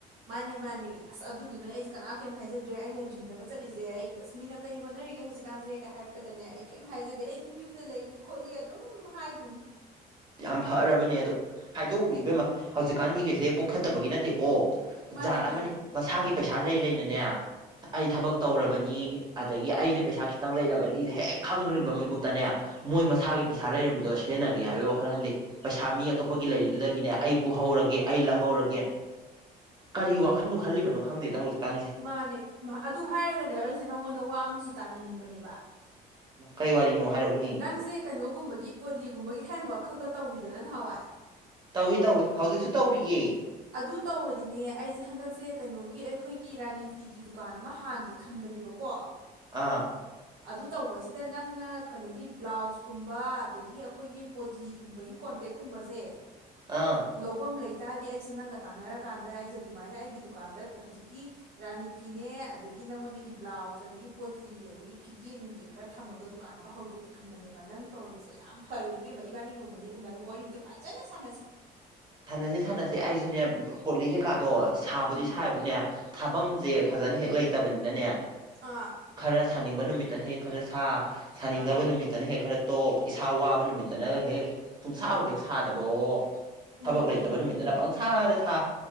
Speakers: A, on the right; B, on the right.
A: ꯃꯥꯅꯦ ꯃꯥꯅꯦ ꯑꯁ ꯑꯗꯨꯗꯨꯅꯅꯦ ꯑꯩꯁꯦ ꯀꯅꯥꯝ ꯀꯩꯝ ꯍꯥꯏꯖꯗ꯭ꯔꯦ ꯑꯩꯅ ꯖꯤꯝꯗꯒ ꯆꯠꯂꯤꯁꯦ ꯑꯩ ꯑꯁꯃꯤꯅ ꯀꯩ ꯍꯣꯠꯅꯔꯤꯒꯦ ꯍꯧꯖꯤꯛꯀꯥꯟꯁꯦ ꯀ ꯍꯥꯏꯔꯛꯄꯗꯅꯦ ꯑꯩ ꯀꯩꯝ ꯍꯥꯏꯖꯗꯦ ꯑꯩ ꯑꯗꯨꯝ ꯌꯨꯝꯗ ꯂꯩꯔꯤ ꯈꯣꯠꯂꯤ ꯑꯗꯨꯝ ꯍꯥꯏꯗꯣꯏꯅꯤ꯫
B: ꯌꯥꯝ ꯐꯔꯕꯅꯦ ꯑꯗꯨ ꯍꯥꯏꯗꯣꯛꯎꯅꯨ ꯏꯕꯦꯝꯃ ꯍꯧꯖꯤꯛꯀꯥꯟ ꯃꯤꯈꯩꯁꯦ ꯄꯨꯛ ꯐꯠꯇꯕꯒꯤ ꯅꯠꯇꯦꯀꯣ
A: ꯃꯥꯅꯦ
B: ꯖꯥꯠ
A: ꯃꯥꯅꯦ
B: ꯑꯃꯅꯤ ꯃꯁꯥꯒꯤ ꯄꯩꯁꯥ ꯂꯩ ꯂꯩꯅꯅꯦ ꯑꯩ ꯊꯕꯛ ꯇꯧꯔꯕꯅꯤ ꯑꯗꯒꯤ ꯑꯩꯗ ꯄꯩꯁꯥ ꯈꯤꯇꯪ ꯂꯩꯔꯕꯅꯤ ꯍꯦꯛ ꯈꯪꯈ꯭ꯔꯤꯕ ꯃꯤꯀꯨꯞꯇꯅꯦ ꯃꯣꯏ ꯃꯁꯥꯒꯤ ꯄꯩꯁꯥ ꯂꯩꯔꯤꯕꯗꯣ ꯁꯤꯖꯟꯅꯒꯦ ꯍꯥꯏꯕꯩ ꯋꯥꯛ ꯈꯪꯍꯟꯗꯦ ꯄꯩꯁꯥ ꯃꯤ ꯑꯇꯣꯞꯄꯒꯤ ꯂꯩꯔꯤꯗꯨꯗꯒꯤꯅꯦ ꯑꯩ ꯄꯨꯍꯧꯔꯒꯦ ꯑꯩ ꯂꯧꯍꯧꯔꯒꯦ꯫ ꯀꯔꯤ ꯋꯥꯈꯟꯕꯨ ꯈꯜꯂꯤꯕꯅꯣ ꯈꯪꯗꯦꯗ ꯍꯧꯖꯤꯛꯀꯥꯟꯁꯦ꯫
A: ꯃꯥꯅꯦ ꯑꯗꯨ ꯍꯥꯏꯔꯒꯅꯦ ꯑꯩꯁꯦ ꯅꯪꯉꯣꯟꯗ ꯋꯥ ꯑꯃꯁꯨ ꯇꯥꯟꯅꯅꯤꯡꯕꯅꯦꯕ꯫
B: ꯃꯥ ꯀꯩ ꯋꯥꯔꯤꯅꯣ ꯍꯥꯏꯔꯛꯎꯅꯤ
A: ꯅꯪꯁꯦ ꯀꯩꯅꯣꯒꯨꯝꯕꯒꯤ ꯄꯣꯠꯂꯤꯒꯨꯝꯕꯒꯤ ꯍꯦꯟꯋꯥꯛ ꯈꯛ ꯈ ꯇꯧꯋꯤꯗꯅ ꯅꯍꯥꯋꯥꯏ
B: ꯇꯧꯏ ꯇꯧꯏ ꯍꯧꯖꯤꯛꯁꯨ ꯇꯧꯔꯤꯌꯦ
A: ꯑꯗꯨ ꯇꯧꯔꯗꯤꯅꯦ ꯑꯩꯖꯦ ꯍꯟꯗꯛꯁꯦ ꯀꯩꯅꯣꯒꯤ ꯑꯩꯈꯣꯏꯒꯤ ꯔꯥꯅꯤ ꯐꯤꯒꯤ ꯗꯨꯀꯥꯟ ꯑꯃ ꯍꯥꯡꯒꯦ ꯈꯟꯕꯅꯦꯕ ꯀꯣ
B: ꯑꯥ
A: ꯑꯗꯨ ꯇꯧꯕꯁꯤꯗ ꯅꯪꯅ ꯀꯩꯅꯣꯒꯤ ꯕ꯭ꯂꯥꯎꯁꯀꯨꯝꯕ ꯑꯗꯒꯤ ꯑꯩꯈꯣꯏꯒꯤ ꯄꯣꯠꯂꯤꯒꯨꯝꯕꯒꯤ ꯀꯣꯟꯇꯦꯛꯀꯨꯝꯕꯁꯦ
B: ꯑꯥ
A: ꯂꯧꯕꯝ ꯂꯩꯇꯥꯥꯔꯗꯤ ꯑꯩꯁꯦ ꯅꯪꯒ ꯇꯥꯟꯅꯔꯀꯥꯟꯗ ꯑꯩꯖꯦ ꯑꯗꯨꯃꯥꯏꯅ ꯑꯩꯒꯤ ꯗꯨꯀꯥꯟꯗ ꯍꯖꯤꯛꯀꯤ ꯔꯥꯅꯤ ꯐꯤꯅꯦ ꯑꯗꯒꯤ ꯅꯪꯉꯣꯟꯗꯒꯤ ꯕ꯭ꯂꯥꯎꯁ ꯑꯗꯒꯤ ꯄꯣꯠꯂꯤ ꯑꯗꯒꯤ ꯐꯤꯒꯦ ꯅꯨꯡꯒꯦ ꯈꯔ ꯊꯝꯃꯒ ꯗꯨꯀꯥꯟ ꯑꯃ ꯍꯧꯗꯣꯛꯀꯦ ꯈꯟꯕꯅꯦꯕ ꯅꯪ ꯇꯧꯔꯝꯃꯤꯁꯦ ꯌꯥꯝ ꯐꯔꯦ ꯏꯕꯦꯝꯃꯥ ꯏꯕꯥꯅꯤ ꯅꯣꯡꯃꯥꯅꯦ ꯎꯅꯔꯒ ꯋꯥꯔꯤ ꯑꯝꯇ ꯐꯖꯅ ꯁꯥꯟꯅꯁꯤ
B: ꯁꯥꯟꯅꯁꯤ ꯁꯥꯟꯅꯁꯤ ꯑꯩꯖꯨꯅꯦ ꯄꯣꯠꯂꯤ ꯀꯩꯀꯥꯗꯣ ꯁꯥꯕꯨꯗꯤ
A: ꯎꯝ
B: ꯁꯥꯥꯏꯕꯨꯅꯦ ꯊꯥꯕꯝꯖꯦ ꯐꯖꯅ ꯍꯦꯛ ꯂꯩꯇꯕꯅꯤꯅꯅꯦ
A: ꯑꯥ
B: ꯈꯔ ꯁꯥꯅꯤꯡꯕ ꯅꯨꯃꯤꯠꯇꯅ ꯍꯦ ꯈꯔ ꯁꯥ ꯁꯥꯅꯤꯡꯗꯕ
A: ꯑꯥ
B: ꯅꯨꯃꯤꯠ ꯇꯅ ꯍꯦꯛ ꯈꯔ ꯇꯣꯛ ꯏꯁꯥ ꯋꯥꯕ ꯅꯨꯃꯤꯠꯇꯥꯅꯒ ꯍꯦꯛ ꯁꯨꯡꯁꯥꯕꯨ ꯍꯦꯛ ꯁꯥꯗꯕꯋꯣ
A: ꯎꯝ
B: ꯊꯕꯛ ꯂꯩꯇꯕ ꯅꯨꯃꯤꯠꯇꯥꯅ ꯄꯪꯁꯥꯗ ꯁꯥꯥ